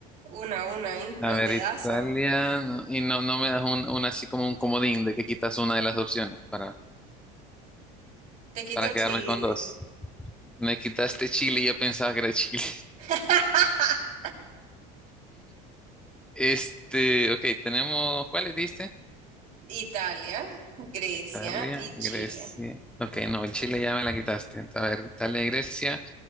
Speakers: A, on the right; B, in the centre.
A: Una a una ahí,
B: a
A: al
B: ver,
A: dedazo.
B: Italia. no- Y no, no me das un, un así como un comodín de que quitas una de las opciones para,
A: Te quito
B: para quedarme
A: Chile.
B: con dos. Me quitaste Chile y yo pensaba que era Chile.
A: <laughs>
B: Este, ok, tenemos, ¿cuáles diste?
A: Italia, Grecia
B: Italia,
A: y
B: Grecia.
A: Chile.
B: Ok, no, el Chile ya me la quitaste. A ver, Italia, Grecia.